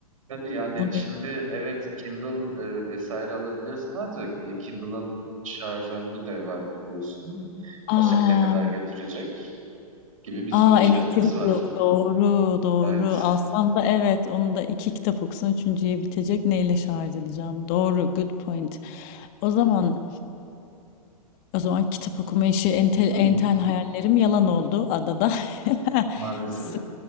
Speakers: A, on the right (about 60°); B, on the left (about 35°).
A: Tabii yani
B: bu
A: şimdi
B: ne?
A: evet Kindle e, vesaire alabilirsin ancak e, Kindle'ın şarj ömrü de var biliyorsun.
B: Aa.
A: O seni ne kadar götürecek? gibi bir soru
B: A,
A: işaretimiz
B: elektrik
A: var.
B: yok. Doğru, doğru.
A: Evet.
B: Alsam da evet, onu da 2 kitap okusan üçüncüye bitecek. Neyle şarj edeceğim? Doğru, good point. O zaman o zaman kitap okuma işi entel
A: Hı,
B: entel hayallerim yalan oldu adada. <laughs>
A: Maalesef.
B: Sık-